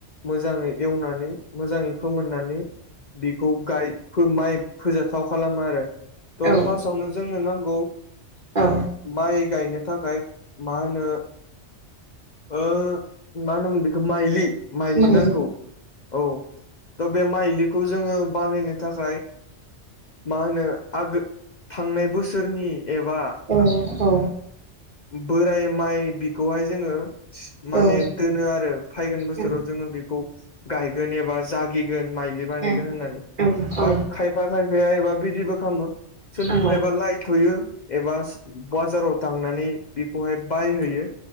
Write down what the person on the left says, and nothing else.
मोजाङै एवनानै मोजाङै फोमोननानै बिखौ गाय फो माइ फोजाथाव खालामो आरो त
फार्स्टावनो जोंनो नांगौ
माइ गायनो थाखाय मा होनो ओ मा होनोमोन बेखो माइलि माइलि
नांगौ औ त बे माइलिखौ जोङो बानायनो थाखाय मा होनो आगो थांनाय बोसोरनि एबा
बोराय माइ बिखौहाय जोङो माने
दोनो आरो फायगोन बोसोराव
जोङो बेखौ गायगोन एबा जागिगोन माइलि बानायगोन
होननानै
एबा खायफा खायफाया एबा बिदिबो खालामो सोरनिफ्रायबा
लाइथयो एबा बाजाराव थांनानै बेखौहाय बायहोयो